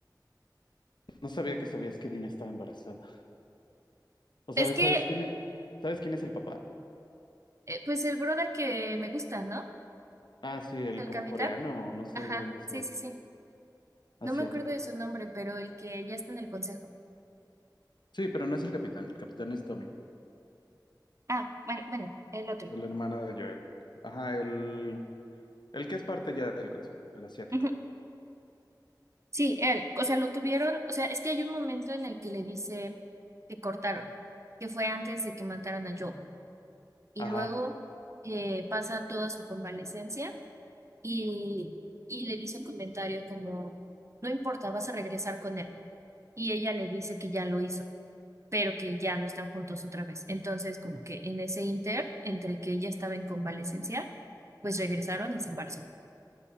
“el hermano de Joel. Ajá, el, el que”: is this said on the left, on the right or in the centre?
Left